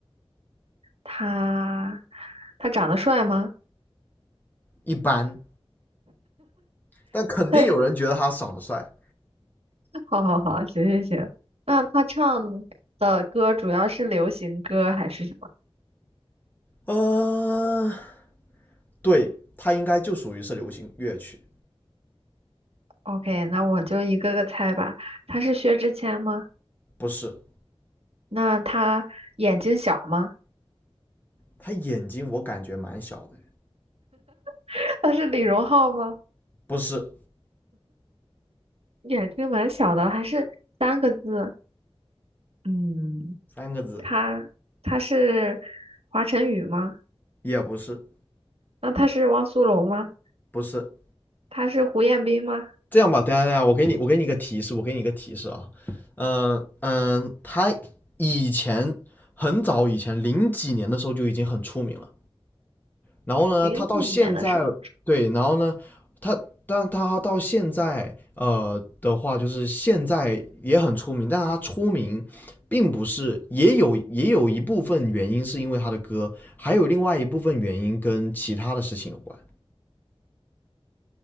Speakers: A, on the right; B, on the left.
A: 他他长得帅吗？
B: 一般，但肯定有人觉得他长得帅，
A: 他，好好好，行行行。那他唱的歌主要是流行歌还是什么？
B: 呃，对他应该就属于是流行乐曲，
A: OK，那我就一个个猜吧。他是薛之谦吗？
B: 不是，
A: 那他眼睛小吗？
B: 他眼睛我感觉蛮小的，
A: <laughs> 他是李荣浩吗？
B: 不是，
A: 眼睛蛮小的，还是三个字？嗯，
B: 三个字，
A: 他他是华晨宇吗？
B: 也不是，
A: 那他是汪苏泷吗？
B: 不是，
A: 他是胡彦斌吗？
B: 这样吧，等一下等一下，我给你我给你一个提示，我给你一个提示啊，嗯嗯，他以前很早以前零几年的时候就已经很出名了，然后呢，
A: 零几年的时候，
B: 他到现在对，然后呢，他但他到现在呃的话，就是现在也很出名，但他出名并不是也有也有一部分原因是因为他的歌，还有另外一部分原因跟其他的事情有关。